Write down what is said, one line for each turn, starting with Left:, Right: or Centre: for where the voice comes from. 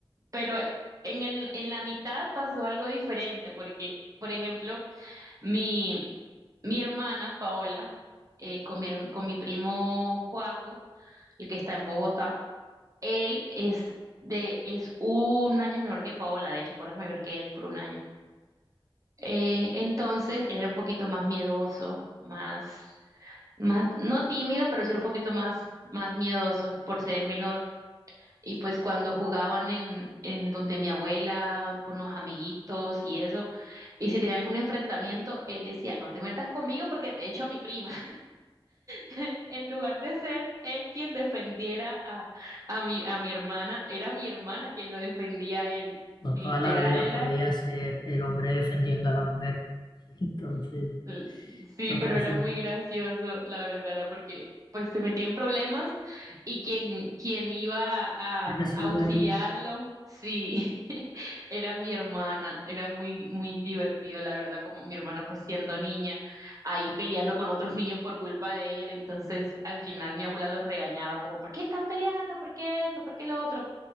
Right: pero en el, en la mitad pasó algo diferente, porque, por ejemplo, mi, mi hermana Paola, eh, con mi, herm- con mi primo Joaco, el que está en Bogotá, él es de, es un año menor que Paola, de hecho, Paola es mayor que él por un año. Eh, entonces, él era un poquito más miedoso, más más, no tímido, pero sí un poquito más, más miedoso por ser el menor. Y pues cuando jugaban en, en donde mi abuela, con los amiguitos y eso, y si tenía algún enfrentamiento, él decía, no te metas conmigo porque te echo a mi prima. <laughs> En lugar de ser él quien defendiera a, a mi, a mi hermana, era mi hermana quien lo defendía a él.
Left: no
Right: Literal,
Left: toda la vida
Right: era,
Left: podía ser el hombre defendiendo a la mujer. Entonces,
Right: L- Sí,
Left: tocó
Right: pero
Left: así,
Right: era muy gracioso, la verdad, era porque pues se metía en problemas y quien, quien iba a, a
Left: resolverlo.
Right: auxiliarlo, sí, <laughs> era mi hermana, era muy, muy divertido, la verdad, como mi hermana pues siendo niña, ahí peleando con otros niños por culpa de él, entonces al final mi abuela los regañaba como, ¿por qué están peleando? ¿Por qué esto? ¿Por qué lo otro?